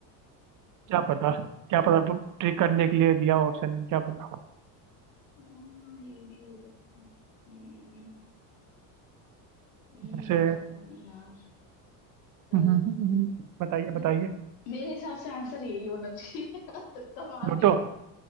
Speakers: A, on the right (about 40°); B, on the left (about 75°).
A: क्या पता क्या पता वो ट्रिक करने के लिए दिया ऑप्शन में क्या पता
B: हाँ ये भी हो सकता है हम्म हम्म,
A: ऐसे
B: पता नहीं यार अह,
A: हम्म, हम्म, हम्म, हम्म। बताइए
B: नहीं,
A: बताइए
B: मेरे हिसाब से आंसर यही होना चाहिए <laughs> तुक्का मार
A: प्लूटो
B: रही हूँ।